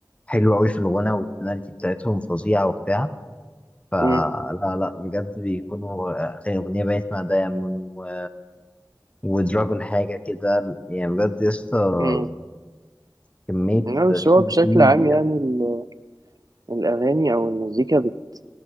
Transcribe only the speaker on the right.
امم
امم
لا بس
هو بشكل
عام يعني ال- الاغاني او المزيكا بت-